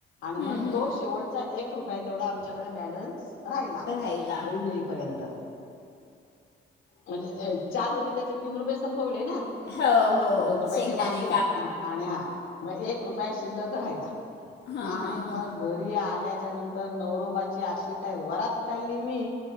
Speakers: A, on the left (about 85°); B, on the left (about 55°).
A: आणि
B: हम्म
A: मग
B: हम्म
A: तोच, एक रुपया तेवढा आमच्याकडे बॅलन्स होता. राहिला
B: राहायला.
A: घरी येईपर्यंत म्हणजे, चार होते त्यातले तीन रुपये संपवले ना!
B: हो हो
A: दोन रुपयाची
B: शेंगदाणे
A: काकडी हा आणि हा मग एक रुपया शिल्लक राहिला.
B: हा
A: आणि
B: हा हा.
A: मग घरी आल्याच्या नंतर नवरोबाची अशी काय वरात काढली मी,